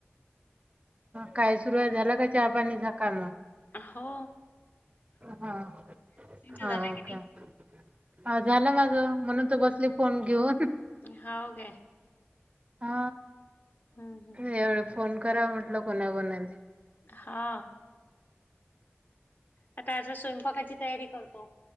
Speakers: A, on the right; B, on the left.
A: काय सुरुवात झाला का चहापाणीचा कामं.
B: हो
A: हा
B: तुमचं
A: हा
B: झालं की
A: ओ काे. अ झालं माझं म्हणून तू बसली फोन घेऊन.
B: हाव गे.
A: हा.
B: हुं हुं
A: एवढं फोन कराव म्हटलं कोणा कोणाले
B: हा. आता काय आता स्वयंपाकाची तयारी करतो.